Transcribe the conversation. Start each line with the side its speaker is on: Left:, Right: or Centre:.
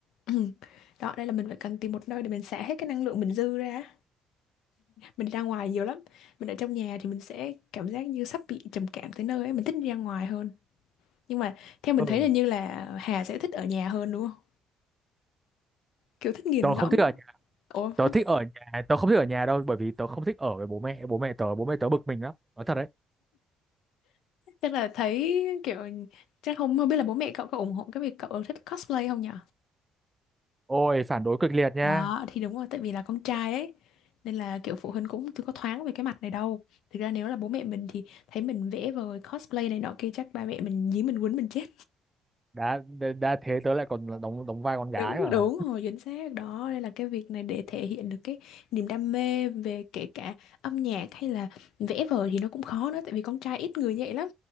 Left: Ừ. Đó, đây là mình phải cần tìm một nơi để mình xả hết cái năng lượng mình dư ra. Mình đi ra ngoài nhiều lắm. Mình ở trong nhà thì mình sẽ cảm giác như sắp bị trầm cảm tới nơi ấy, mình thích đi ra ngoài hơn. Nhưng mà theo mình
Right: ừ.
Left: thấy là như là Hà sẽ thích ở nhà hơn đúng không? Kiểu thích nghiền
Right: tớ
Left: ngẫm.
Right: không thích ở nhà
Left: Ủa
Right: tớ
Left: không
Right: thích
Left: thích,
Right: ở nhà tớ không thích ở nhà đâu bởi vì tớ không thích ở với bố mẹ bố mẹ tớ bố mẹ tớ bực mình lắm nói thật đấy
Left: chắc là thấy kiểu chắc không không biết là bố mẹ cậu có ủng hộ cái việc cậu thích cosplay không nhỉ?
Right: ôi phản đối cực liệt nha
Left: Đó thì đúng rồi tại vì là con trai ấy nên là kiểu phụ huynh cũng chưa có thoáng về cái mặt này đâu. Thực ra nếu là bố mẹ mình thì thấy mình vẽ vời cosplay này nọ kia chắc ba mẹ mình dí mình quấn mình chết.
Right: đã đã đã thế tớ lại còn đóng đóng
Left: <laughs>
Right: vai con
Left: Đúng
Right: gái mà
Left: đúng rồi chính xác đó đây là cái việc này để thể hiện được cái niềm đam mê về kể cả âm nhạc hay là vẽ vời thì nó cũng khó nữa tại vì con trai ít người như vậy lắm.